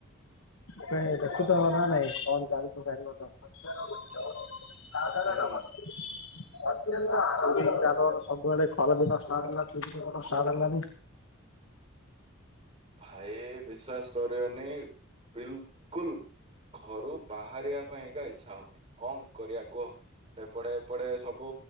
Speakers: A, on the left; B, on the right.
A: ତମେ ଦେଖୁଚନା
B: ତା
A: ନାଇଁ କଣ ଚାଲିଚି ଗାଡ଼ି ମଟର <unintelligible>
B: ହୁଁ
A: ପୁରୀ ଷ୍ଟାଷ୍ଟ ହବ ତସବୁ ଆଡ଼େ ଖରା ଷ୍ଟାର୍ଟ ହେଲା
B: ଭାଇ ବିଶ୍ଵାସ କରିବନି ବିଲକୁଲ୍ ଘରୁ ବାହାରିବା ପାଇଁକା ଇଚ୍ଛା ହଉନି କଣ କରିବା କୁହ। ସେପଟେ ଏପଟେ ସବୁ